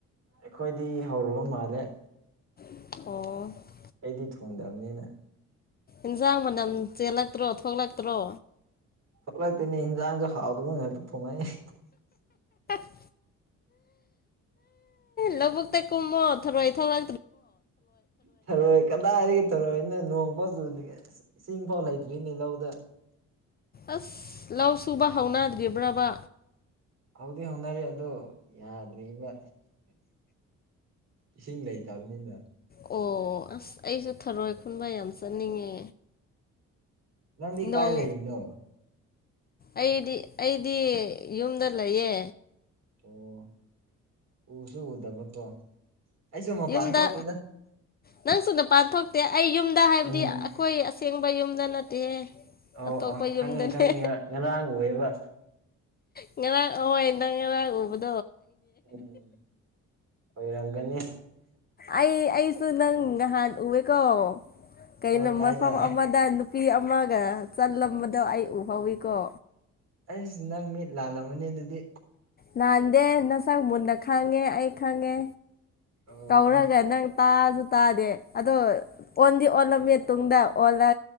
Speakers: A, on the right; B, on the left.
A: ꯑꯩꯈꯣꯏꯗꯤ ꯍꯧꯔꯕ ꯃꯥꯜꯂꯦ
B: <inaudible>
A: ꯑꯩꯗꯤ ꯊꯣꯡꯗꯕꯅꯤꯅ
B: ꯏꯟꯁꯥꯡ ꯃꯅꯝ ꯆꯦꯜꯂꯛꯇ꯭ꯔꯣ ꯊꯣꯛꯂꯛꯇ꯭ꯔꯣ
A: ꯊꫭꯛꯂꯛꯇꯦꯅꯦ ꯍꯤꯟꯖꯥꯡꯁꯨ ꯍꯥꯎꯗꯕ ꯉꯥꯛꯇ ꯊꫭꯡꯉꯥꯑꯦ
B: ꯑ ꯂꯕꯛ ꯇ ꯀꯨꯝꯃꯣꯊꯔ ꯑꯩ ꯊ ꯂ
A: ꯊꯧꯔꯣꯏ ꯀꯗꯥꯏꯒꯤ ꯊꯧꯔꯣꯏꯅꫭ ꯅꯣꯡ ꯐꯥꯎ ꯆꯨ ꯏꯁꯤꯡ ꯐꯥꯎ ꯂꯩꯇ꯭ꯔꯤꯅꯤ ꯂꯧꯗ
B: ꯑꯁ ꯂꯧ ꯁꯨꯕ ꯍꯧꯅꯗ꯭ꯔꯤꯕ꯭ꯔꯕ
A: ꯍꯧꯗꯤ ꯍꯧꯅꯔꯤ ꯑꯗꫭ ꯌꯥꯗ꯭ꯔꯤꯕ ꯏꯁꯤꯡ ꯂꯩꯇꯕꯅꯤꯅ
B: ꯑꯣ ꯑꯁ ꯑꯩꯁꯨ ꯊꯔꯣꯏ ꯈꯨꯟꯕ ꯌꯥꯝ ꯆꯠꯅꯤꯡꯉꯦ
A: ꯅꯗꯤ
B: ꯅꯣꯡ
A: ꯀꯥꯏ ꯂꯩꯅꯣ
B: ꯑꯩꯗꯤ ꯑꯩꯗꯤ ꯌꯨꯝꯗ ꯂꯩꯌꯦ
A: ꯑꯣ ꯎꯁꯨ ꯎꯗꯕꯀꯣ ꯑꯩꯁꯨ ꯃꯄꯥꯟ
B: ꯌꯨꯝꯗ
A: ꯊꯣꯛꯇꯦꯗ
B: ꯅꯪꯁꯨꯗ ꯄꯥꯟ ꯊꯣꯛꯇꯦ ꯑꯩ ꯌꯨꯝꯗ ꯍꯥꯏꯕꯗꯤ
A: ꯎꯝ
B: ꯑꯩꯈꯣꯏ ꯊꯦꯡꯕ ꯌꯨꯝꯗ ꯅꯠꯇꯦꯍꯦ
A: ꯑꯣ
B: ꯑꯇꯣꯞꯄ
A: ꯑꯣ ꯈꯪꯉꯦ
B: ꯌꯨꯝꯗꯅꯦ
A: ꯈꯪꯉꯦ ꯉꯔꯥꯡ ꯉꯔꯥꯡ ꯑꯣꯏꯕ
B: ꯏ ꯑꯣꯟ
A: ꯎꯝ ꯑꯣꯏꯔꯝꯒꯅꯤ
B: ꯑꯩ ꯑꯩꯁꯨ ꯅꯪ ꯉꯍꯥꯟ ꯎꯑꯦꯀꯣ ꯀꯩꯅꯣ
A: ꯑꯣ ꯀꯥꯏꯗ
B: ꯃꯐꯝ ꯑꯃꯗ ꯅꯨꯄꯤ ꯑꯃꯒ ꯆꯜꯂꯝꯕꯗꯣ ꯑꯩ ꯎꯍꯧꯋꯤꯀꯣ
A: ꯑꯩꯁꯤ ꯅꯪ ꯃꯤꯠ ꯂꯥꯜꯂꯝꯕꯅꯦ ꯑꯗꯨꯗꯤ
B: ꯂꯥꯟꯗꯦ ꯅꯁꯛ ꯃꯨꯟꯅ ꯈꯪꯉꯦ ꯑꯩ ꯈꯪꯉꯦ
A: ꯑꯣ
B: ꯀꯧꯔꯒ ꯅꯪ ꯇꯥꯁꯨ ꯇꯥꯗꯦ ꯑꯗꯣ ꯑꯣꯟꯗꯤ ꯑꯣꯜꯂꯝꯃꯦ ꯃꯇꯨꯡꯨꯡꯗ ꯑꯣꯜꯂ